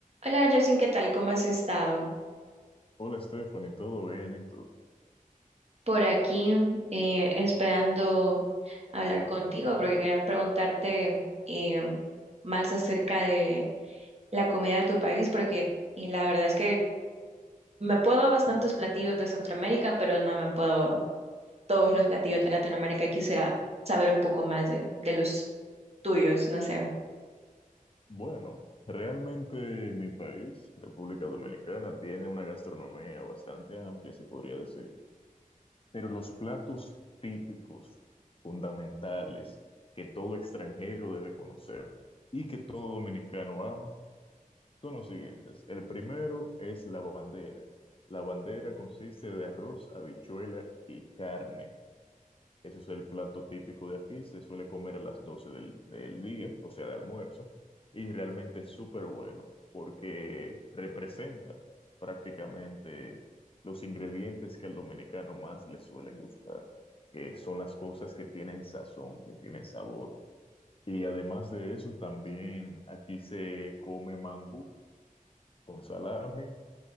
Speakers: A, on the right; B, on the left.
A: Hola, Justin, ¿qué tal? ¿Cómo has estado?
B: Hola Stephanie, ¿todo bien? ¿Y tú?
A: Por aquí eh, esperando hablar contigo porque quería preguntarte eh, más acerca de la comida de tu país porque y la verdad es que me puedo bastantes platillos de Centroamérica, pero no me puedo todos los platillos de Latinoamérica y quisiera saber un poco más de, de los tuyos, no sé.
B: Bueno, realmente mi país, República Dominicana, tiene una gastronomía bastante amplia, se podría decir, pero los platos típicos, fundamentales, que todo extranjero debe conocer y que todo dominicano ama, son los siguientes. El primero es la bandera. La bandera consiste de arroz, habichuela y carne. Eso es el plato típico de aquí, se suele comer a las 12 del, del día, o sea, de almuerzo, y realmente es súper bueno porque representa prácticamente los ingredientes que al dominicano más le suelen gustar, que son las cosas que tienen sazón, que tienen sabor. Y además de eso, también aquí se come mangú con salami,